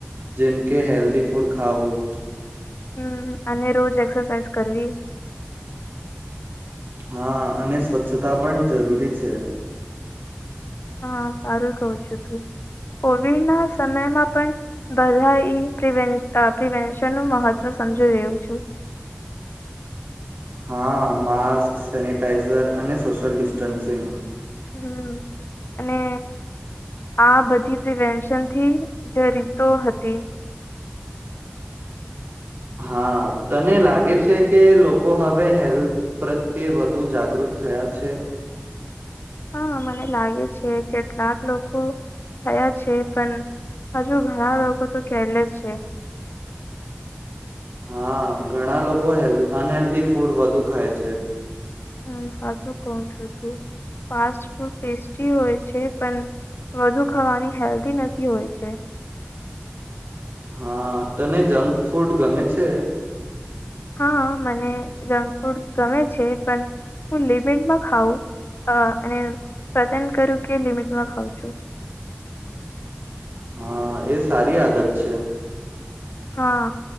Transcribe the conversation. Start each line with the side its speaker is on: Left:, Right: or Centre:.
Right: જેમ કે હેલ્ધી ફૂડ ખાવું
Left: હમ અને રોજ એક્સરસાઇઝ કરવી
Right: હા અને સ્વચ્છતા પણ જરૂરી છે.
Left: હા સારું કહઉ છું તું કોવિડના સમયમાં પણ બધા એ પ્ર પ્રિવેન્શનનું મહત્વ સમજી રહ્યો છું
Right: હા માસ્ક સેનટાઈઝર અને સોશિયલ ડિસ્ટન્સિંગ
Left: હમ અને આ બધી પ્રિવેન્શનથી જે રીતો હતી.
Right: હા તને લાગે છે કે લોકો હવે હેલ્થ પ્રત્યે વધુ જાગૃત થયા છે.
Left: હા મને લાગે છે કેટલાક લોકો થયા છે પણ હજુ ઘણા લોકો તો કેરલેસ છે.
Right: હા ઘણા લોકો હેલ્ અનહેલ્ધી ફૂડ વધુ ખાય છે.
Left: હમ સાચું કઉ છું તું ફાસ્ટ ફૂડ ટેસ્ટી હોય છે પણ વધુ ખાવાની હેલ્ધી નથી હોય છે.
Right: હા તને જંક ફૂડ ગમે છે..
Left: હા મને જંક ફૂડ ગમે છે પણ હું લિમિટમાં ખઉં અને પસન્ટ કરું કે લિમિટમાં ખઉં છું.
Right: હા એ સારી આદત છે.
Left: હા